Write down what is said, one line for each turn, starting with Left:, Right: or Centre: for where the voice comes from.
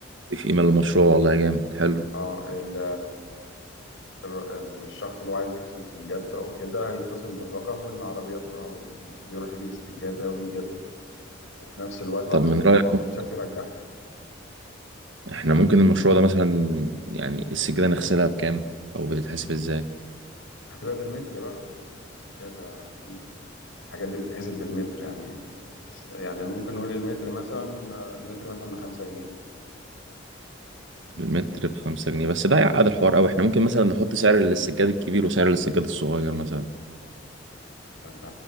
Right: في قيمة للمشروع والله جامد حلو
Left: اه ال- الر- ال- الشخص اللي هو عايز يغسل سجادته أو كده هيتصل بالرقم العربية تروح أو التروسيكل يروح يجيب السجادة ويجيب وفي نفس الوقت بعد
Right: طب من
Left: ما يخلص
Right: رأيك
Left: ينشف يرجعها
Right: إحنا ممكن المشروع ده مثلا يعني السجادة نغسلها بكام أو بتتحسب إزاي
Left: هتبقى بالمتر بقى هنشوف السجادة كام متر الحاجات دي بتتحسب بالمتر يعني يعني ممكن نقول المتر مثلا آه، المتر مثلا بخمسة جنيه
Right: المتر بخمسة جنيه بس ده هيعقد الحوار أوي إحنا ممكن مثلا نحط سعر للسجاد الكبير وسعر للسجاد الصغير مثلا
Left: ما انت